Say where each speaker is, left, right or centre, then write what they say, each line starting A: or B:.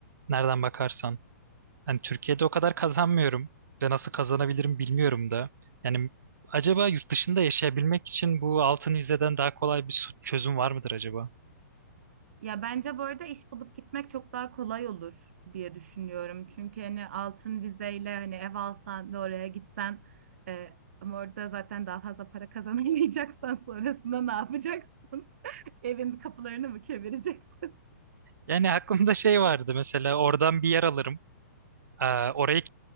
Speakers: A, on the right; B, on the right.
A: Nereden bakarsan. Yani Türkiye'de o kadar kazanmıyorum ve nasıl kazanabilirim bilmiyorum da. Yani acaba yurt dışında yaşayabilmek için bu altın vizeden daha kolay bir su- çözüm var mıdır acaba?
B: Ya bence bu arada iş bulup gitmek çok daha kolay olur diye düşünüyorum. Çünkü hani altın vizeyle hani ev alsan ve oraya gitsen e, ama orada zaten daha fazla para <laughs> kazanamayacaksan sonrasında ne yapacaksın? <laughs> Evin kapılarını mı kevireceksin? <laughs>
A: Yani aklımda şey vardı mesela oradan bir yer alırım. Ee, orayı